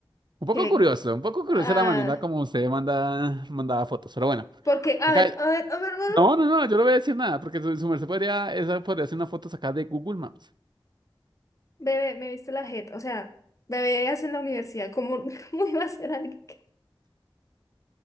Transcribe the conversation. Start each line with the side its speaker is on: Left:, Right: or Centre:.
Right: un poco
Left: Que,
Right: curioso, un poco curiosa
Left: ah,
Right: la manera como usted manda, mandaba fotos, pero bueno,
Left: porque, a
Right: acá,
Left: ver, a ver, a ver, a ver,
Right: no, no, no, yo no voy a decir nada, porque su, su merced podría, esa podría ser una foto sacada de Google Maps.
Left: bebé, me viste la jeta. O sea, bebé, hace en la universidad, ¿cómo, <laughs> cómo iba a ser alguien que